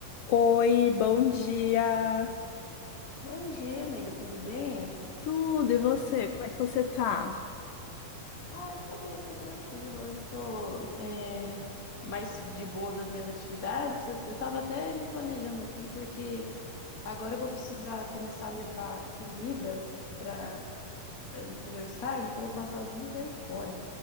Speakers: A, on the left; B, on the left.
A: Oi, bom dia.
B: Bom dia, amiga, tudo bem?
A: Tudo, e você?
B: Hum.
A: Como é que você tá?
B: Ah, eu tô bem, tô tranquila. Hoje eu tô é, mais de boa das minhas atividades. Eu, eu tava até me planejando aqui, porque agora eu vou precisar começar a levar comida para pro meu estágio, que eu vou passar o dia inteiro fora.